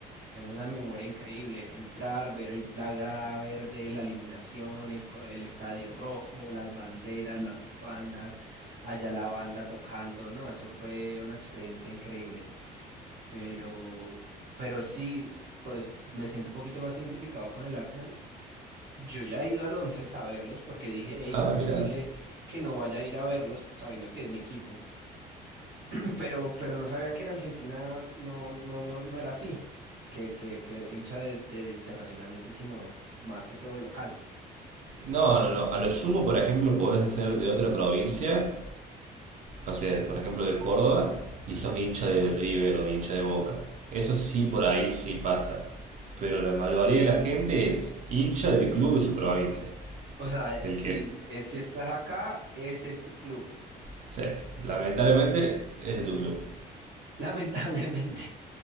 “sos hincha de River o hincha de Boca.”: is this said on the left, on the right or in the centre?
Right